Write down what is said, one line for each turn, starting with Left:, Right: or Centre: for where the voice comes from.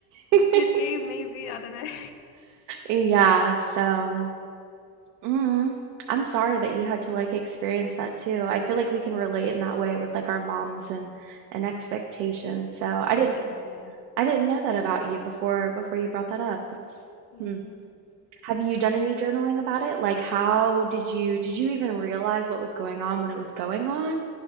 Right: it.
Left: Squid
Right: <laughs>
Left: Game, maybe, I don't know. <laughs>
Right: Yeah, so mm, I'm sorry that you had to like experience that too. I feel like we can relate in that way with like our moms and and expectations. So I didn't
Left: For sure, yeah.
Right: I didn't know that about you before before you brought that up. That's
Left: Yeah.
Right: hmm. Have you done any journaling about it? Like how did you did you even realize what was going on when it was going on?